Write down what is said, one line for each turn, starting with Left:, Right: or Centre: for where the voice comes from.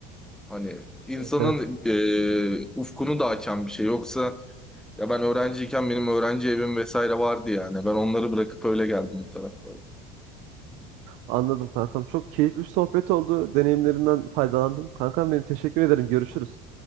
Centre: Hani insanın
Right: Evet evet.
Centre: e, ufkunu da açan bir şey. Yoksa ya ben öğrenciyken benim öğrenci evim vesaire vardı yani. Ben onları bırakıp öyle geldim bu taraflara.
Right: Anladım kankam. Çok keyifli bir sohbet oldu. Deneyimlerinden faydalandım. Kankam benim teşekkür ederim. Görüşürüz.